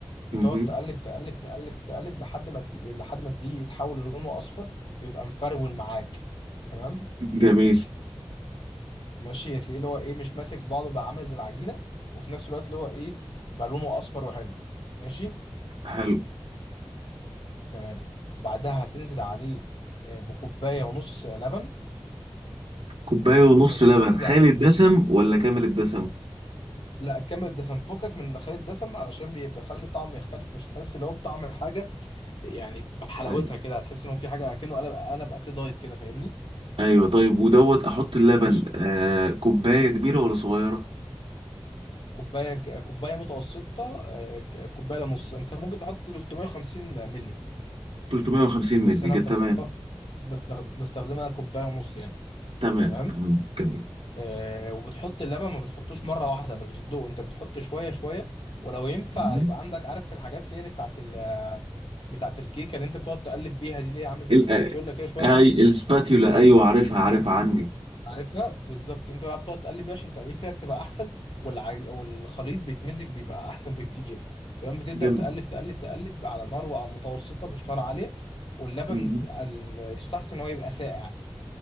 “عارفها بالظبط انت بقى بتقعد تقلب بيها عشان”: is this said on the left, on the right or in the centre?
Left